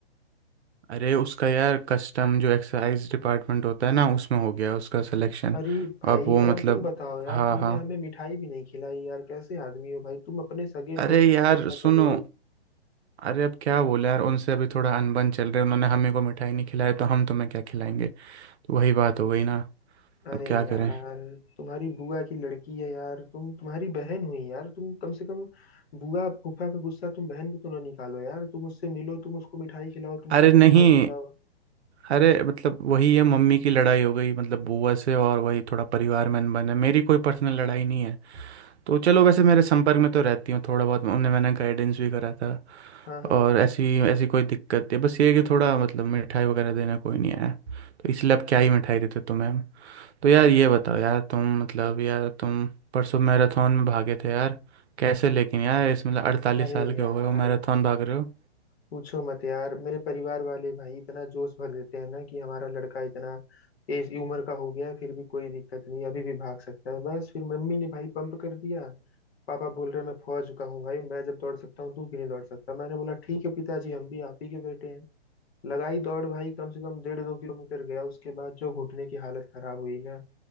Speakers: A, on the right (about 80°); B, on the left (about 70°).
A: अरे उसका यार कस्टम जो एक्सरसाइज डिपार्टमेंट होता है ना उसमें हो गया उसका सिलेक्शन
B: अरे भाई
A: अब वो
B: और
A: मतलब
B: तुम बताओ यार
A: हाँ
B: तुमने
A: हाँ
B: हमें मिठाई भी नहीं खिलाई यार कैसे आदमी हो भाई तुम अपने सगे
A: अरे
B: दोस्त
A: यार
B: हो के ऐसा कर
A: सुनो
B: रहे हो
A: अरे अब क्या बोले यार उनसे अभी थोड़ा अनबन चल रहा है उन्होंने हमें को मिठाई नहीं खिलाई तो हम तुम्हें क्या खिलाएंगे तो वही बात हो गई ना
B: अरे
A: अब क्या
B: यार
A: करें
B: तुम्हारी बुआ की लड़की है यार तुम तुम्हारी बहन हुई यार तुम कम से कम बुआ फूफा का गुस्सा तुम बहन पे तो ना निकालो यार तुम उससे मिलो तुम उसको मिठाई खिलाओ तुम
A: अरे
B: हमको
A: नहीं
B: मिठाई खिलाओ
A: अरे मतलब वही है मम्मी की लड़ाई हो गई मतलब बुआ से और वही थोड़ा परिवार में अनबन है मेरी कोई पर्सनल लड़ाई नहीं है तो चलो वैसे मेरे संपर्क में तो रहती हूँ थोड़ा बहुत उन्हें मैंने गाइडेंस भी करा था
B: हाँ हाँ
A: और ऐसी ऐसी कोई दिक्कत नहीं है बस ये है कि थोड़ा मतलब मिठाई वगैरह देना कोई नहीं आया तो इसलिए अब क्या ही मिठाई देते तुम्हें हम तो यार ये बताओ यार तुम मतलब यार तुम परसों मैराथन में भागे थे यार कैसे लेकिन यार इसमें अड़तालीस
B: अरे
A: साल के
B: यार
A: हो गए हो मैराथन भाग रहे हो
B: पूछो मत यार मेरे परिवार वाले भाई इतना जोश भर देते हैं ना कि हमारा लड़का इतना एज उम्र का हो गया है, फिर भी कोई दिक्कत नहीं अभी भी भाग सकता है बस फिर मम्मी ने भाई पंप कर दिया पापा बोल रहे हैं, मैं फौज चुका हूँ भाई मैं जब दौड़ सकता हूँ तू क्यों नहीं दौड़ सकता मैंने बोला ठीक है पिताजी हम भी आप ही के बेटे हैं लगाई दौड़ भाई कम से कम डेढ़ दो किलोमीटर गया उसके बाद जो घुटने की हालत खराब हुई ना